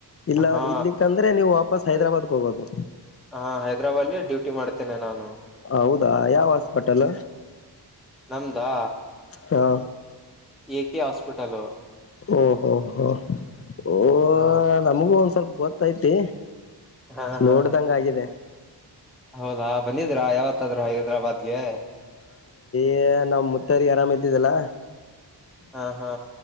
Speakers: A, on the left; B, in the centre.
A: ಇಲ್ಲ
B: ಹಾ
A: ಇಲ್ಲಿಕ್ಕಂದ್ರೆ ನೀವು ವಾಪಸ್ ಹೈದರಾಬಾದ್ ಹೋಗೋದು
B: ಹಾ ಹೈದ್ರಾಬಾದ್ಲಿ ಡ್ಯೂಟಿ ಮಾಡ್ತೇನೆ ನಾನು
A: ಹೌದಾ ಯಾವ ಹಾಸ್ಪಿಟಲ್
B: ನಮ್ದಾ
A: ಹಾ
B: ಎ ಕೆ ಹಾಸ್ಪಿಟಲ್
A: ಓ ಹೋ ಹೋ ಓ
B: ಹಾ
A: ನಮುಗು ಒಂದ್ ಸ್ವಲ್ಪ ಗೊತ್ತೈತಿ
B: ಹಾ ಹಾ
A: ನೋಡ್ದಂಗ ಆಗಿದೆ
B: ಹೌದಾ ಬನ್ನಿ ್ರಾ <unintelligible> ಯಾವತ್ತಾದ್ರು ಹೈದ್ರಾಬಾದ್ಗೆ
A: ಏ ನಾವ್ ಮುತ್ತಾರಿಗೆ ಆರಾಮ ಇದ್ದಿದ್ದಲ್ಲ
B: ಹಾ ಹಾ